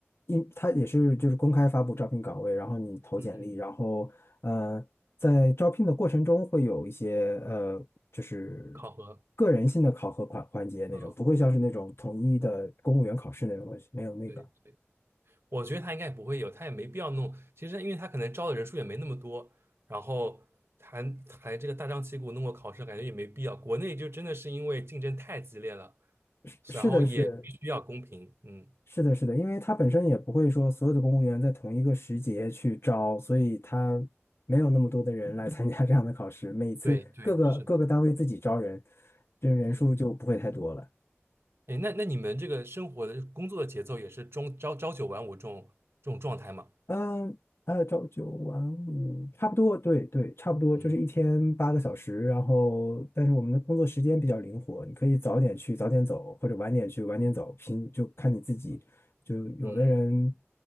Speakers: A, on the left; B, on the right.
A: 因他也是就是公开发布招聘岗位，然后你投简历，
B: 嗯，
A: 然后呃，在招聘的过程中会有一些呃，就是
B: 考核，
A: 个人性的考核环环节那种，
B: 嗯，
A: 不会像是那种统一的公务员考试那种东西，没有那个。
B: 对，我觉得他应该也不会有，他也没必要弄。其实，因为他可能招的人数也没那么多，然后还还这个大张旗鼓弄个考试，感觉也没必要。国内就真的是因为竞争太激烈了，
A: 是是的是，
B: 然后也必须要公平。嗯，
A: 是的，是的，因为他本身也不会说所有的公务员在同一个时节去招，所以他没有那么多的人来参加这样的考试。每次各个各个单位自己招人，
B: 对对，是的，
A: 这人数就不会太多了。
B: 嗯，哎，那那你们这个生活的工作的节奏也是中朝朝九晚五这种这种状态吗？
A: 嗯，呃，朝九晚五，差不多，对对，差不多，
B: 嗯
A: 就是一天八个小时。然后，但是我们的工作时间比较灵活，你可以早点去，早点走，或者晚点去，晚点走，
B: 嗯
A: 拼就看你自己。
B: 嗯。
A: 就有的人，
B: 嗯